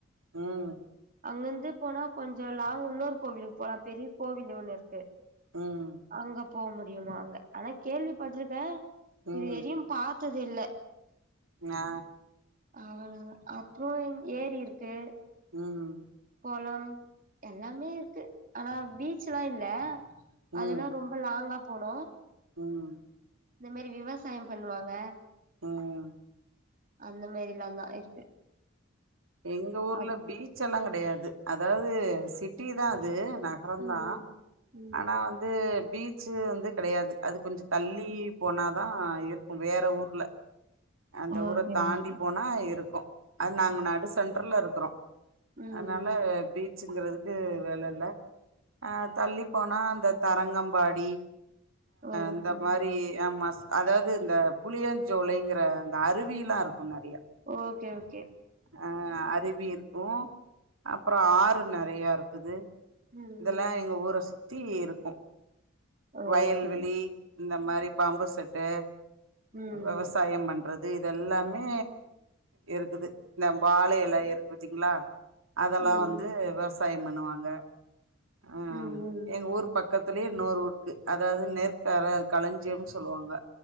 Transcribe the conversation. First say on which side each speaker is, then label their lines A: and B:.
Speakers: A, on the right (about 90°); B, on the right (about 45°).
A: ம்
B: அங்கிருந்து போனா கொஞ்ச லாங் இன்னொர் கோவிலுக்கு போலா பெரிய கோவில் ஒண்ணு இருக்கு
A: ம்
B: அங்க போக முடியுமா அங்க ஆனா கேள்விப்பட்டிருக்கே
A: ம்
B: இது எதையும் பா து இல்ல
A: ஆ
B: அ அப்போ ஏரி இருக்கு
A: ம்
B: கோலம் எல்லாமே இருக்கு ஆனா பீச்லா இல்ல
A: ம்
B: அதெல்லா ரொம்ப ரொம்ப லாங்கா போன
A: ம்
B: இந்த மாரி விவசாயம் பண்ணுவாங்க
A: ம்
B: அந்த மாரில்லா இல்லம இருக்கு
A: எங்க ஊர்ல
B: அது
A: பீச்சலா கெடையாது அதாவது சிட்டி தா அது ந மறந்தா
B: ம் ம்
A: ஆனா வந்து பீச்சு வந்து கெடையாது அது கொஞ்ச தள்ளி போனாதா இருக்கு வேற ஊர்ல அந்த ஊர
B: ஓகே
A: தாண்டி
B: ஓகே
A: போன இருக்கு அது நாங்க நாடு சென்ட்ரல்ல இருக்கிறோ
B: ம்
A: அதனால
B: ம்
A: இப்போ பீச்சுங்கிறதுக்கு வேல இல்ல ஆ தள்ளி போனா அந்த தரங்கம்பாடி
B: ஓகே
A: இந்த மாரி ஆம் மஸ் அதாவது இந்த புளியஞ்சோலைங்கிற அந்த அருவியல்லா இருக்கு நெறையா
B: ஓகே ஓகே
A: அ அருவி இருக்கு அப்பற ஆறு நெறைய இருக்குது
B: ம்
A: இதெல்லா
B: ம்
A: எங்க ஊர சுத்தி இருக்கு
B: ஓகே
A: வயல்வெளி இந்த மாரி பாம்பு செட்டு
B: ம்
A: விவசாயம் பண்றது அது இதெல்லாமே இருக்குது இந்த வாழையில இருக்கு பத்தீங்களா அதெல்லா
B: ம்
A: வந்து விவசாய பண்ணுவாங்க ஆ
B: ம் ம்
A: எங்க ஊரு பக்கத்துலயே இன்னோரு ஊரு இருக்கு அதாவது நெற் களஞ்சியம்ன்னு சொல்லுவாங்க